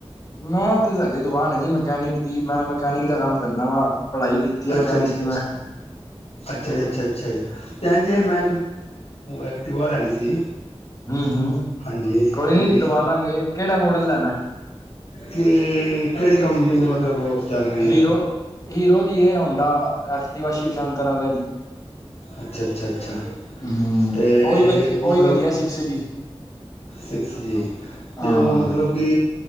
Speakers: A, on the left (about 35°); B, on the left (about 80°).
A: ਮੈਂ ਤੇ ਸਾਡੀ ਦੁਕਾਨ ਹੈ ਜੇ ਮਕੈਨਿਕ ਦੀ ਮੈਂ ਮਕੈਨਿਕ ਦਾ ਕੰਮ ਕਰਦਾ ਵਾ ਪੜ੍ਹਾਈ ਕੀਤੀ ਹੈ ਮਕੈਨਿਕ
B: ਅੱਛਾ ਅੱਛਾ
A: ਦੀ ਮੈਂ।
B: ਅੱਛਾ ਜੀ ਅੱਛਾ-ਅੱਛਾ ਤੇ ਇੰਜ ਏ ਮੈਂ ਐਕਟਿਵਾ ਲੈਣੀ ਸੀ।
A: ਹੂੰ ਹੂੰ
B: ਹਾਂਜੀ
A: ਕੋਈ
B: ਹਾਂਜੀ
A: ਨੀ ਦਵਾ ਦਾਂਗੇ। ਕਿਹੜਾ ਮੋਡਲ ਲੈਣਾ
B: ਕਿ ਕਿਹੜੀ ਕੰਪਨੀ ਦਾ ਮਤਲਬ ਉਹ ਚੱਲ ਰਹੀ
A: ਹੀਰੋ,
B: ਹੈ
A: ਹੀਰੋ ਦੀ ਏ ਹੋਂਡਾ ਐਕਟਿਵਾ ਸ਼ਿਵ ਸ਼ੰਕਰ ਆਲਿਆਂ ਦੀ।
B: ਅੱਛਾ-ਅੱਛਾ, ਅੱਛਾ
A: ਹਮ
B: ਤੇ
A: ਉਹੀ ਵਧੀ ਉਹੀ
B: ਮਤਲਬ
A: ਵਧੀਆ ਸਿਕਸ ਜੀ
B: ਸਿਕਸ ਜੀ
A: ਹਾਂ
B: ਤੇ ਉਹ ਮਤਲਬ ਕਿ